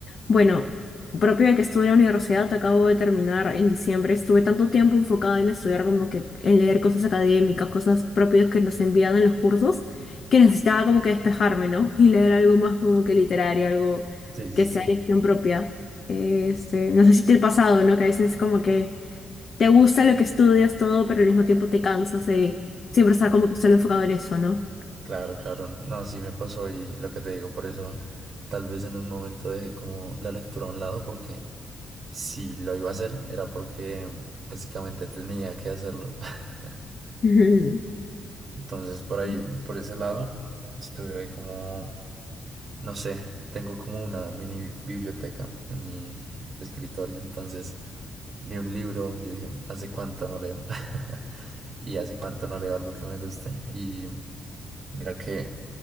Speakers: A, on the left (about 45°); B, on the right (about 40°).
A: Bueno, propio de que estuve en la universidad, acabo de terminar en diciembre. Estuve tanto tiempo enfocada en estudiar como que en leer cosas académicas, cosas propias que nos envían en los cursos, que necesitaba como que despejarme, ¿no? <laughs> Y leer algo más como que literario, algo
B: Sí, sí,
A: que sea
B: sí.
A: elección propia. Este, no sé si te ha pasado, ¿no? Que a veces como que te gusta lo que estudias todo, pero al mismo tiempo te cansas de siempre estar como que solo enfocado en eso, ¿no?
B: Claro, claro. No, sí me pasó y lo que te digo, por eso tal vez en un momento dejé como la lectura a un lado, porque si lo iba a hacer era porque básicamente tenía que hacerlo. <laughs>
A: <laughs>
B: Entonces, por ahí,
A: Ujú.
B: por ese lado, estuve como, no sé, tengo como una mini biblioteca en mi escritorio, entonces vi un libro, yo dije, ¿hace cuánto no leo? <laughs> Y hace cuánto no leo algo que me guste. Y mira que